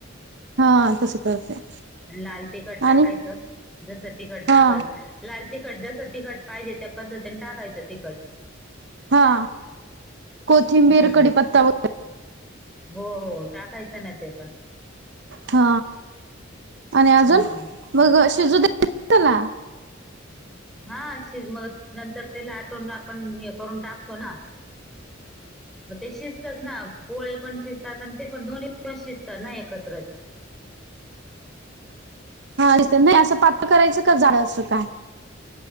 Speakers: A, on the right; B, in the centre.
A: हा... तसं करते
B: लाल तिखट टाकायचं
A: आणि
B: जस तिखट लागल.
A: हा
B: लाल तिखट जसं तिखट पाहिजे त्या पद्धतीने टाकायचं तिखट,
A: हा,.. कोथिंबीर
B: हम्म
A: कडीपत्ता व
B: हो हो टाकायचं नाही ते पण,
A: हा आणि अजून
B: हम्म
A: मग शिजूद्यायचत्याला,
B: हा शिज मग नंतर ते लाटुन आपण हे करून टाकतो ना. मग ते शिजतच ना पोळे पण शिजतात आणि ते पण दोन्ही पण शिजत ना एकत्र,
A: हा नाही असं पातळ करायचं का जाड असं काय.